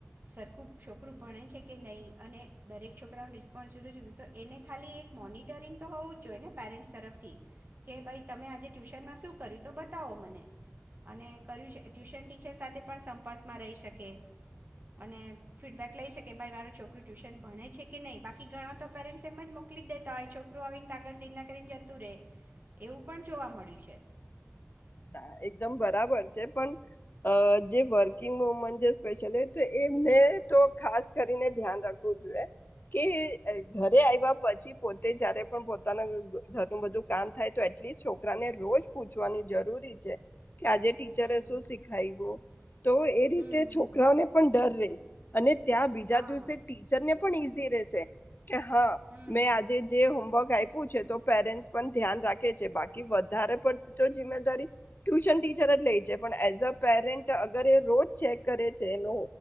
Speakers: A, on the right; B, on the left.
A: સરખું છોકરું ભણે છે કે નહીં અને દરેક છોકરાનો રિસ્પોન્સ લીધો છે તો એને ખાલી એક મોનિટરિંગ તો હોવુંજ જોઈએ ને પેરેન્ટ્સ તરફથી કે ભાઈ તમે આજે ટ્યુશનમાં શું કર્યું તો બતાવો મને અને કર્યું ટ્યુશન ટીચર સાથે પણ સંપર્કમાં રહી શકે અને ફીડબેક લઈ શકે ભાઈ મારો છોકરું ટ્યુશન ભણે છે કે નહી, બાકી ઘણા તો પેરેન્ટ્સ એમ જ મોકલી જ દેતા હોય છોકરું આવીને આગળ દિનના કરીને જતું રે. એવું પણ જોવા મળ્યું છે.
B: ના એકદમ બરાબર છે, પણ જે વર્કિંગ વુમન છે સ્પેશયલી એને તો ખાસ કરીને ધ્યાન રાખવું જોઈએ કે ઘરે આવ્યા પછી પોતે જયારે પણ પોતાના ઘરનું બધું કામ થાય તો એટલીસ્ટ છોકરાને રોજ પૂછવાની જરૂર છે, આજે ટીચરે
A: હમ
B: શું શીખાયું, તો એ રીતે
A: હમ હમ
B: છોકરાને પણ ડર રહી અને ત્યાં બીજા
A: હા
B: દિવસે ટીચર ને પણ ઈઝી રહેશે. કે હા
A: હમ
B: મેં આજે જે હોમ વર્ક આપ્યું છે, તો પેરેન્ટસ પણ ધ્યાન રાખે છે, બાકી વધારે પડતી તો જમ્મેદારી ટ્યુશન ટીચર જ લે છે, પણ એઝ અ પેરેન્ટ અગર એ રોજ ચેક કરે છે એનો